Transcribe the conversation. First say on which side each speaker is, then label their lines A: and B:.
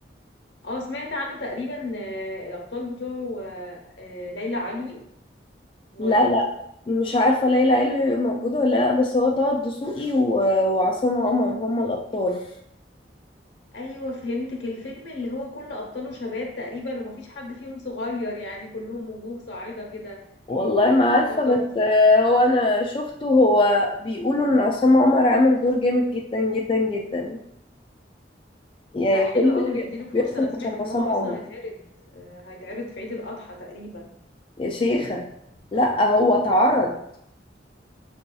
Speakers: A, on the left (about 80°); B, on the left (about 30°).
A: اه سمعت عنه تقريبا آه، الابطال بتوعه آه، آه، ليلى علوي و
B: لا لا مش عارفه ليلى علوي موجوده ولا لا بس هو طه الدسوقي و- وعصام عمر هما الابطال
A: ايوه فهمتك الفيلم اللي هو كل ابطاله شباب تقريبا ومفيش حد فيهم صغير يعني كلهم وجوه صاعده كده
B: والله ما عارفه
A: افتكرت
B: بس آه، هو انا شفته هو بيقولوا ان عصام عمر عامل دور جامد جدا جدا جدا يعني
A: لا حلو
B: كل اللي
A: قوي نديله
B: بيدخل
A: فرصه
B: بيدخل
A: انا سمعت
B: عشان
A: ان
B: عصام
A: هو اصلا
B: عمر
A: هيتعرض آه، هيتعرض في عيد الاضحى تقريبا
B: يا شيخة لا هو اتعرض